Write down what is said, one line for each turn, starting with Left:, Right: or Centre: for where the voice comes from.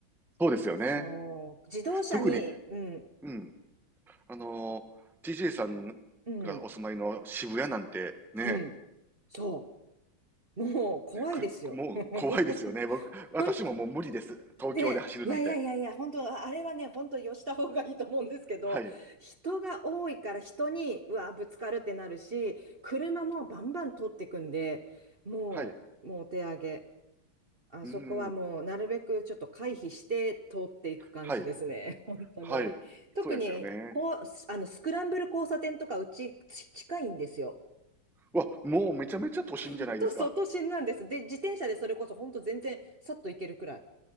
Centre: そうですよね。
Right: そう、自動車に、
Centre: 特に、
Right: うん、
Centre: うん、あのー、TJ さんがお住まいの渋谷なんてね、
Right: うん、うん、そう、もう怖いですよ。
Centre: ね、く、もう怖いですよね。
Right: <laughs>
Centre: 僕、私ももう無理です。
Right: 本
Centre: 東京で走るなんて。
Right: ねえ、いやいやいやいや、本当、ああれはね、本当、よした方がいいと思うんですけど、
Centre: はい。
Right: 人が多いから人に、うわ、ぶつかるってなるし、車もバンバン通っていくんで、もう、
Centre: はい。う
Right: もうお手上げ。あそこはもう、
Centre: ーん。
Right: なるべくちょっと回避して通っていく感じですね、
Centre: はい。
Right: <laughs> 本当に。
Centre: はい。
Right: 特に、
Centre: そうですよね。
Right: こう、あの、スクランブル交差点とか、うち、ち近いんですよ。
Centre: わ、もうめちゃめちゃ都心じゃないですか。
Right: 本当、外心なんです。で、自転車でそれこそ、本当、全然、さっと行けるくらい。